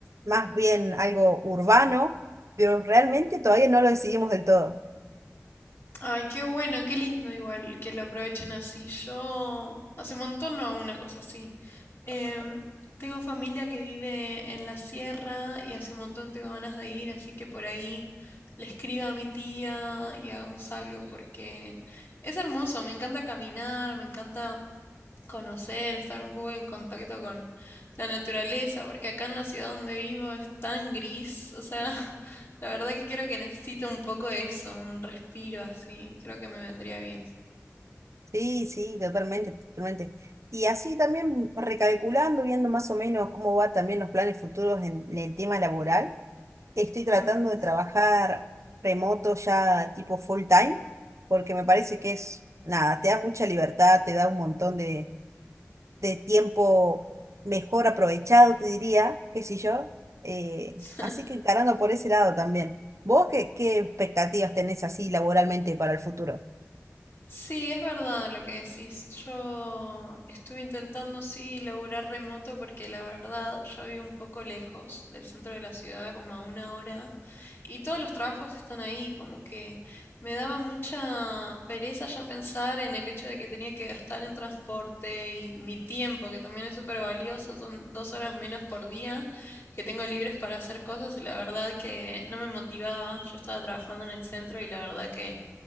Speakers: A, on the right (about 65°); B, on the left (about 50°).
A: más bien algo urbano, pero realmente todavía no lo decidimos del todo.
B: Ay, qué bueno, qué lindo igual que lo aprovechen así. Yo hace un montón no hago una cosa así. Em, tengo familia que vive en la sierra y hace un montón tengo ganas de ir, así que por ahí le escriba a mi tía y hagamos algo porque es hermoso, me encanta caminar, me encanta conocer, estar un poco en contacto con la naturaleza, porque acá en la ciudad donde vivo es tan gris, o sea, <laughs> la verdad que creo que necesito un poco de eso, un respiro así, creo que me vendría bien.
A: Sí, sí, totalmente, totalmente. Y así también recalculando, viendo más o menos cómo va también los planes futuros en, en el tema laboral, estoy tratando
B: Mm.
A: de trabajar remoto ya tipo full time, porque me parece que es, nada, te da mucha libertad, te da un montón de de tiempo mejor aprovechado, te diría, qué sé yo. Eh,
B: <laughs>
A: así que encarando por ese lado también. ¿Vos qué, qué expectativas tenés así laboralmente para el futuro?
B: Sí, es verdad lo que decís. Yo estuve intentando, sí, laburar remoto porque la verdad yo vivo un poco lejos del centro de la ciudad, como a una hora. Y todos los trabajos están ahí, como que me daba mucha pereza ya pensar en el hecho de que tenía que gastar en transporte y mi tiempo, que también es súper valioso, son dos horas menos por día que tengo libres para hacer cosas y la verdad que no me motivaba. Yo estaba trabajando en el centro y la verdad que